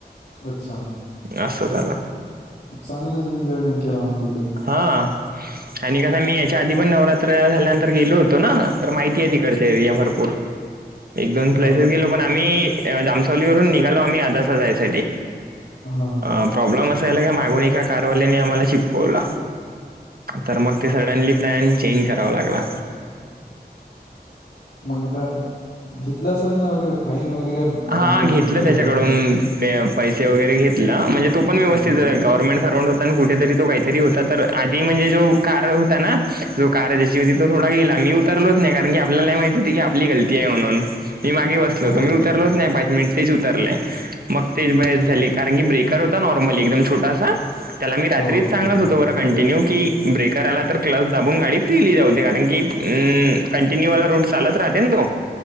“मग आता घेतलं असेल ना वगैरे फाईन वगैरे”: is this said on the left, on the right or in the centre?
Left